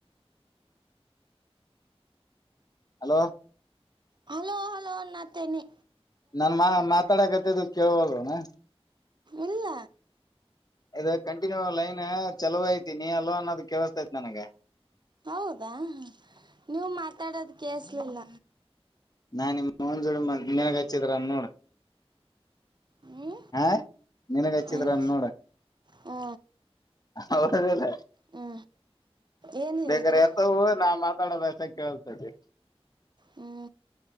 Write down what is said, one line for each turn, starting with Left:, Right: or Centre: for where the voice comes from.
Left: ಹಲೋ
Right: ಹಲೋ ಹಲೋ ಅಣ್ಣಾತೈನಿ
Left: ನನ್ನ ಮಾವ ಮಾತಾಡಕತ್ತಿದ್ದನು. ಕೇಳುತ್ತಾ ಇಲ್ಲ ಏನು?
Right: ಇಲ್ಲ.
Left: ಇದು ಲೈನ್ ಚೆನ್ನಾಗೈತೆ ನೀನೇ ಹೇಳೋದು ಹೇಳುತ್ತಾ ಇದೆ.
Right: ಹೌದಾ... ನೀವು ಮಾತಾಡೋದು ಕೇಳಿಸುವುದು ಇಲ್ಲ.
Left: ನಾನು ನಿಮ್ಮ ಮಾಂಜಿಗೆ ಹಾಕಿದ್ದೆ ನಿನಗೆ ಹಚ್ಚಿದಾರ ನೋಡು.?
Right: ಹ್ಞೂ
Left: ಹಾ... ನಿನಗೆ ಹಚ್ಚಿದರ
Right: ಏನು
Left: ನೋಡು?
Right: ಹ್ಞೂ
Left: ಹೌದಲ್ಲ...
Right: ಹ್ಞೂ ಏನು ಹೇಳಿದ್ರಿ
Left: ಬೇಗ ಎತ್ತಾ ಹೋಗೋದು ಮತ್ತೆ? ಮಾತಾಡದ ಅಷ್ಟೇ ಕೇಳಿಸುತ್ತದೆ.
Right: ಹ್ಞೂ